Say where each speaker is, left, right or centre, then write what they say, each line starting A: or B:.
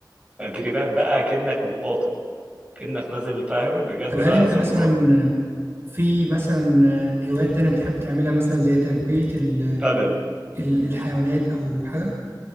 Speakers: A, on the right; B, on the right.
A: تدريبات بقى كأنك مقاتل كأنك نازل فاهم بجد
B: طب هل
A: بقى
B: انت
A: ساموراي
B: مثلا آه، في مثلا آه، هوايات تانية بتحب تعملها مثلا زي تربية ال-
A: بادل
B: ال- الحيوانات او حاجة